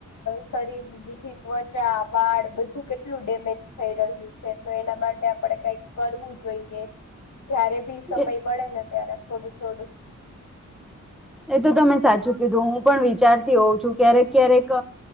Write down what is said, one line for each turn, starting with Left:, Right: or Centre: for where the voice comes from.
Left: શરીર ની બીજી ત્વચા વા બાણ બું કેટલું ડેમેજ થઈ રહ્યું છે, તો એના માટે આપણે કઈક કરવું જોઈએ જયારે ભી સમય
Centre: એ
Left: મળે ને ત્યારે થોડું, થોડું
Centre: એ તો તમે સાચું કીધું હું પણ વિચારતી હોઉ છું, ક્યારેક ક્યારેક